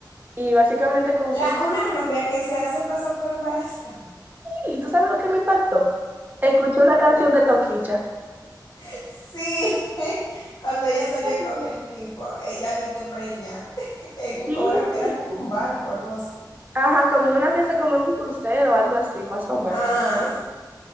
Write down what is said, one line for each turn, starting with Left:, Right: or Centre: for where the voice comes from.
Right: Y básicamente consiste...
Left: La, una rubia que se hace pasar por embarazada. <laughs>
Right: ¿Y tú sabes lo que me impactó? Escuché una canción de Toquicha.
Left: Sí, <laughs> cuando ella salió
Right: Oh,
Left: con el tipo, ella vi que preña. <laughs> En un,
Right: Sí.
Left: como era, era como un barco, algo así.
Right: Ajá, como una fiesta, como en un crucero o algo así, más o menos.
Left: Ah,